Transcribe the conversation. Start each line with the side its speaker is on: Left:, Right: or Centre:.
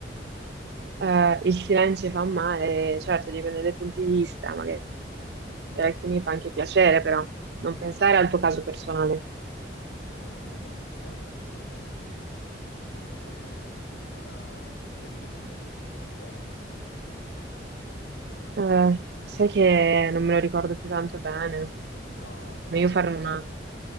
Right: Eh, il silenzio fa male, certo, dipende dai punti di vista, magari per
Left: Mm.
Right: alcuni fa anche piacere, però non pensare al tuo caso personale.
Left: No, no, no, non ti stavo parlando del mio caso. Ehm, allora, puoi ripetermelo tutto, per favore?
Right: Eh, sai che non me lo ricordo più tanto bene,
Left: No, te
Right: meglio
Left: lo sei dimenticato
Right: fare una
Left: già.